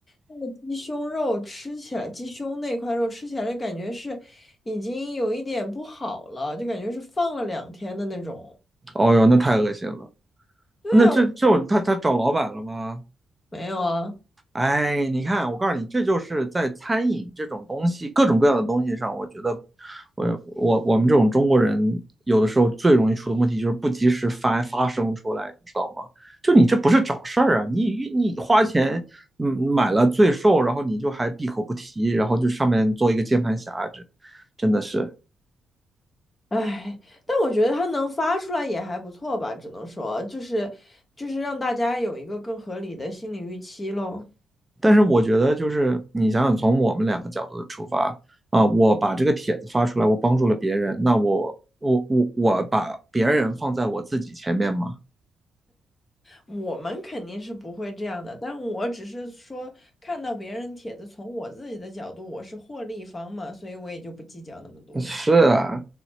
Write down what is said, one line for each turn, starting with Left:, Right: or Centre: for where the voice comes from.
Left: 那个鸡胸肉吃起来，鸡胸那块肉吃起来就感觉是已经有一点不好了，就感觉是放了两天的那种。
Right: 哦哟，那太恶心了。
Left: 对啊，
Right: 那这这种他他找老板了吗？
Left: 没有啊，
Right: 哎，你看，我告诉你，这就是在餐饮这种东西，各种各样的东西上，我觉得我我我们这种中国人有的时候最容易出的问题就是不及时发发声出来，你知道吗？就你这不是找事儿啊，你你花钱嗯买了罪受，然后你就还闭口不提，然后就上面做一个键盘侠，这真的是。
Left: 唉，但我觉得他能发出来也还不错吧，只能说就是就是让大家有一个更合理的心理预期喽。
Right: 但是我觉得，就是你想想，从我们两个角度的出发啊，呃我把这个帖子发出来，我帮助了别人，那我我我我把别人放在我自己前面吗？
Left: 我们肯定是不会这样的，但我只是说看到别人帖子，从我自己的角度，我是获利方嘛，所以我也就不计较那么多了。
Right: <laughs> 是啊，